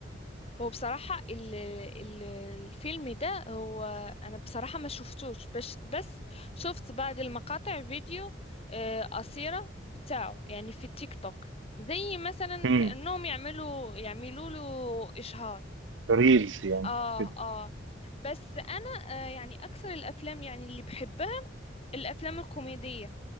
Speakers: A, on the left (about 30°); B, on the right (about 75°).
A: هو بصراحة ال ال الفيلم ده هو أنا بصراحة ما شفتوش بس بس شفت بعض المقاطع فيديو آه، قصيرة بتاعه يعني في التيك توك زي مثلا
B: كده
A: كأنهم يعملوا يعملوا له إشهار
B: ريلز يعني
A: آه
B: او كده
A: آه بس أنا آه، يعني أكثر الأفلام يعني اللي بحبها الأفلام الكوميدية